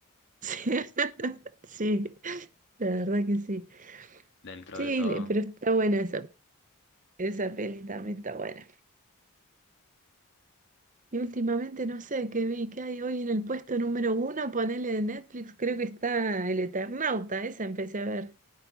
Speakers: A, on the right (about 35°); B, on the left (about 55°).
A: Sí, <laughs> sí, la verdad que sí.
B: dentro
A: Sí,
B: de todo.
A: le- pero está buena esa, esa peli también está buena. Y últimamente no sé qué vi, qué hay hoy en el puesto número uno, ponele de Netflix, creo que está El Eternauta, esa empecé a ver.